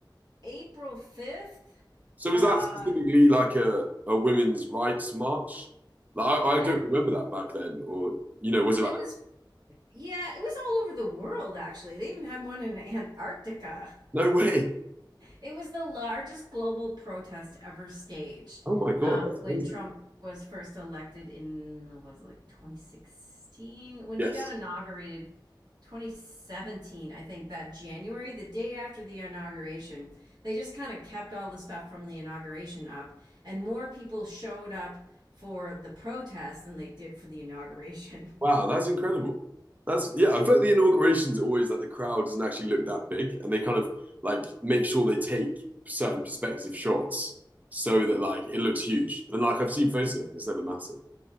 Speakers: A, on the right; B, on the right.
A: April 5th,
B: So
A: uh,
B: was that specifically like a, a women's rights march? Like, I, I
A: that
B: don't remember that back then. Or, you know, was
A: there
B: it like,
A: was, yeah, it was all over the world, actually. They even had one in Antarctica.
B: no way?
A: It was the largest global protest ever staged
B: Oh my God,
A: um,
B: that's
A: when
B: amazing.
A: Trump was first elected in was it like 2016 when
B: Yes.
A: he got inaugurated 2017 I think that January the day after the inauguration they just kind of kept all the stuff from the inauguration up and more people showed up for the protest than they did for the inauguration
B: Wow, that's incredible. That's yeah, I bet the inauguration's are always like the crowd doesn't actually look that big and they kind of like make sure they take certain perspective shots so that like it looks huge. But then like I've seen photos of it, it's never massive.